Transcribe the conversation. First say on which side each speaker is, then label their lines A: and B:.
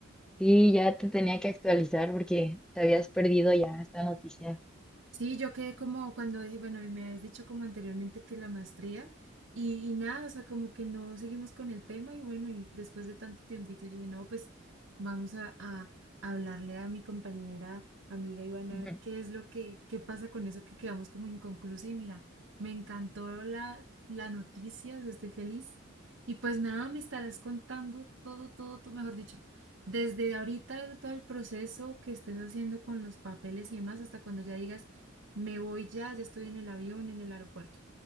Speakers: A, in the centre; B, on the right.
A: sí, ya te tenía que actualizar porque te habías perdido ya esta noticia.
B: Sí, yo quedé como cuando, di- bueno, y me habías dicho como anteriormente que la maestría y, y nada, o sea, como que no seguimos con el tema y bueno, y después de tanto tiempito yo dije, no, pues vamos a, a hablarle a mi compañera, amiga Ivana,
A: Ujú.
B: a ver qué es lo que, qué pasa con eso que quedamos como inconclusa y mira, me encantó la, la noticia, o sea, estoy feliz y pues nada, me estarás contando todo, todo, todo, mejor dicho desde ahorita el, todo el proceso que estés haciendo con los papeles y demás, hasta cuando ya digas, me voy ya, ya estoy en el avión, en el aeropuerto.